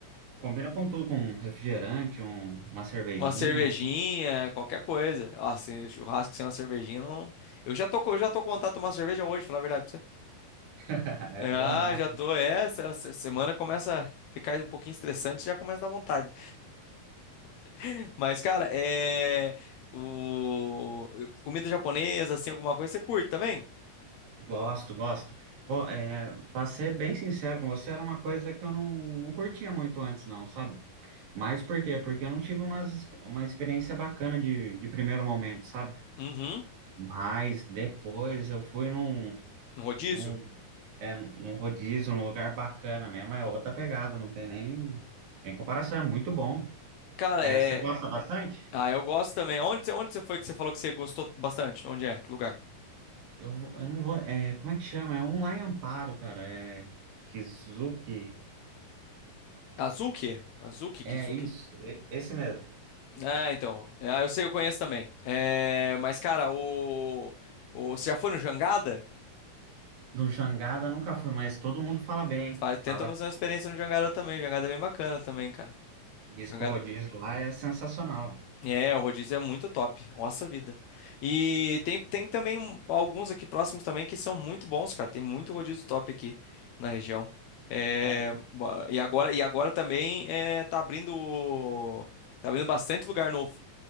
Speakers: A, on the right; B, on the left.
A: combina com tudo, com um refrigerante, um- uma cervejinha.
B: Uma cervejinha, qualquer coisa. Ah, se churrasco sem uma cervejinha, não. Eu já tô, co- eu já tô com vontade de tomar cerveja hoje, pra falar a verdade pra você.
A: <laughs> É
B: Ah,
A: bom demais.
B: já tô. É, essa essa semana começa a ficar um pouquinho estressante, já começa a dar vontade. <laughs> Mas, cara, é. O... Comida japonesa, assim, alguma coisa, você curte também?
A: Gosto, gosto. Bom, é, para ser bem sincero com você, era uma coisa que eu não, não curtia muito antes, não, sabe? Mas por quê? Porque eu não tive umas, uma experiência bacana de, de primeiro momento, sabe?
B: Uhum.
A: Mas depois eu fui num,
B: Um rodízio?
A: num, é, num rodízio, num lugar bacana mesmo, é outra pegada, não tem nem, nem comparação, é muito bom.
B: Cara,
A: É,
B: é.
A: você gosta bastante?
B: Ah, eu gosto também. Onde, você- onde você foi que você falou que você gostou bastante? Onde é? Que lugar?
A: Eu, vou- eu não vou. É, como é que chama? É um lá em Amparo, cara. É Kizuki.
B: Azuki? Azuki?
A: É
B: Kizuki?
A: isso, e- esse mesmo.
B: Ah, então. É, Ah, eu sei, eu conheço também. É, mas, cara, o, o. Você já foi no Jangada?
A: No Jangada nunca fui, mas todo mundo fala bem.
B: Faz-
A: Fala
B: tenta fazer
A: que
B: uma experiência no Jangada também. Jangada é bem bacana também, cara.
A: disco
B: Jangada.
A: rodízio lá é sensacional.
B: É, o rodízio é muito top. Nossa vida. E tem, tem também um- alguns aqui próximos também que são muito bons, cara. Tem muito rodízio top aqui na região. É,
A: É,
B: ba- e agora, e agora também é, tá abrindo. Tá abrindo bastante lugar novo.